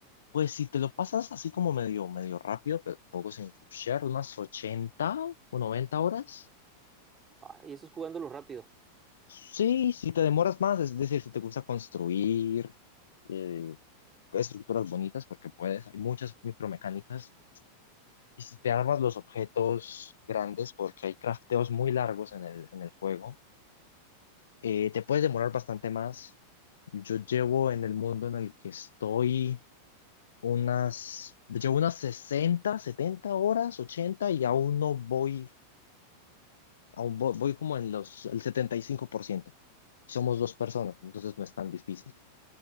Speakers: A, on the left; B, on the right.
A: Pues si te lo pasas así como medio, medio rápido, pero tampoco sin rushear, unas 80 o 90 horas.
B: Ah, y eso es jugándolo rápido.
A: Sí, si te demoras más, es decir, si te gusta construir eh, estructuras bonitas, porque puedes, hay muchas micromecánicas Y si te armas los objetos grandes, porque hay crafteos muy largos en el, en el juego, eh, te puedes demorar bastante más. Yo llevo en el mundo en el que estoy unas, llevo unas 60 70 horas, ochenta y aún no voy, aún vo- voy, como en los, el setenta y cinco por ciento Somos dos personas, entonces no es tan difícil.